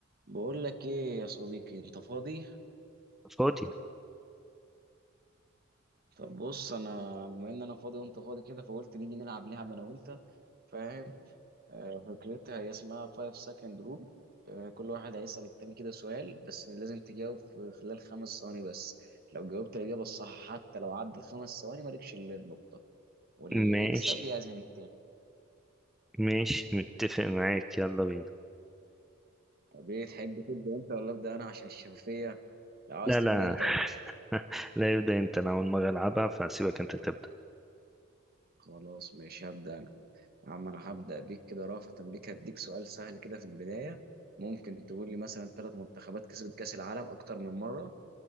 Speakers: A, on the right; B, in the centre.
A: بقول لك ايه يا صديقي انت فاضي
B: فاضي
A: طب بص انا بما ان انا فاضي وانت فاضي كده فقلت نيجي نلعب لعبه انا وانت فاهم آه فكرتها هي اسمها 5 second rule آه كل واحد هيسأل التاني كده سؤال بس لازم تجاوب في خلال خمس ثواني بس لو جاوبت الإجابة الصح حتى لو عدى الخمس ثواني مالكش إلا النقطة واللي
B: ماشي
A: يكسب يعزم التاني
B: ماشي متفق معاك يلا بينا
A: طب ايه تحب تبدأ انت ولا أبدأ انا عشان الشفافية لو عايز
B: لا
A: تبدأ
B: لا
A: انت ابدأ
B: <laughs> لا يبدأ انت انا اول مرة العبها فهسيبك انت تبدأ
A: خلاص ماشي هبدأ عم انا هبدأ بيك كده رافة بيك هديك سؤال سهل كده في البداية ممكن تقول لي مثلا ثلاث منتخبات كسبت كأس العالم أكتر من مرة